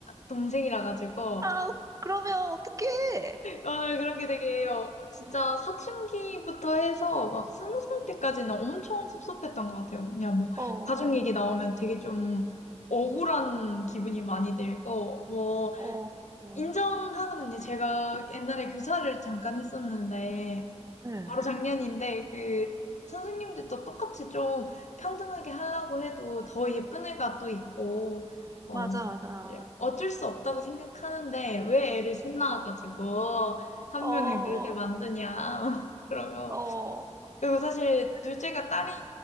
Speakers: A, on the left (about 80°); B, on the right (about 30°).
A: 동생이라 가지고,
B: 아우, 그러면 어떡해?
A: 오늘 그런 게 되게, 어, 진짜 사춘기부터 해서 막 스무 살 때까지는 엄청 섭섭했던 것 같아요. 그냥 뭐,
B: 어,
A: 가족 얘기 나오면 되게 좀 억울한 기분이 많이 들고, 뭐,
B: 어, 어.
A: 인정하는 게 제가 옛날에 교사를 잠깐 했었는데,
B: 네.
A: 바로 작년인데 그 선생님들도 똑같이 좀 평등하게 하려고 해도 더 예쁜 애가 또 있고 어
B: 맞아, 맞아.
A: 어쩔 수 없다고 생각하는데 왜 애를 셋 낳아가지고 한
B: 어,
A: 명을 그렇게 만드냐 <laughs> 그러면
B: 어.
A: 그리고 사실 둘째가 딸인